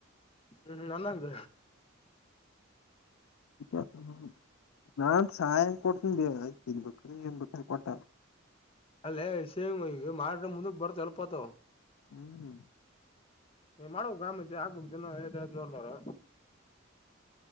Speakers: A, on the left; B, on the left.
A: ಹ ನನ್ನಂಗ
B: ಇ ಹ ನಾನ್ ಸಹಾಯಂ ಕೊಡ್ತೀನಿ ಬಯ ತಿನ್ಬಿಟ್ಟ ಎನ್್ಬಿಟ್ಟ ಕೊಟ್ಟ
A: ಅಲ್ಲೇ ಸೇಮ್ ಈಗ ಮಾಡ್ರ ಮುಂದಕ್ ಬರ್ತ್ ಅಲ್ಪತ
B: ಹೂ ಹೂ
A: ಏ ಮಾಡ್ು ಆಮತ್ ಆಗ್ಬ ದಿನ ನೋಡ್ಲಾರ